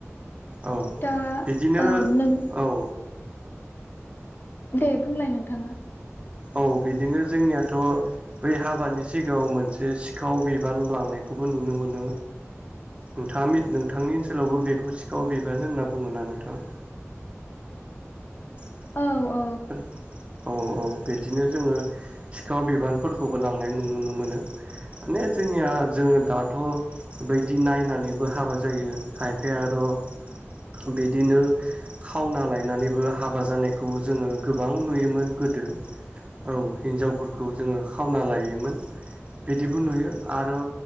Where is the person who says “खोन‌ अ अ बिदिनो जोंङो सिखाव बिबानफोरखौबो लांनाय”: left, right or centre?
Right